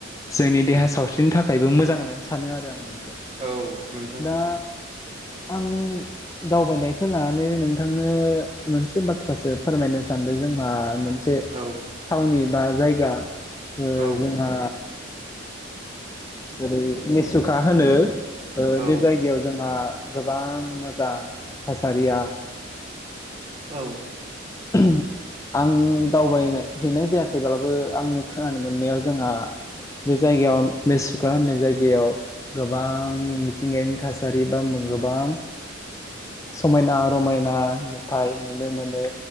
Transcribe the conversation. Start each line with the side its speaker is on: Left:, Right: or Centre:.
Left: जोंनि देहा सावस्रिनि थाखायबो मोजां होननानै सानो आरो आं। बेखौ
Right: औ नोंथां।
Left: दा आं। दावबायनायखौ लानानै नोंथांनो मोनसे बाथ्रासो फोरमायनो सानदों जोंहा। मोनसे
Right: औ
Left: थावनि। बा जायगा। ओ
Right: औ
Left: जोंहा। ओरै मेसुखा होनो।
Right: औ
Left: बे जायगायाव जोंहा। गोबां मो जां थासारिया
Right: औ
Left: <inaudible> आं दावबायनाय हैनाय जायाखैब्लाबो आंनि खोनानो मोननायाव जोंहा बे जायगायाव बे सुखा होननाय जायगायाव गोबां मिथिंगायानि थासारि बा गोबां समायना रमायना नुथाय नुनो मोनो।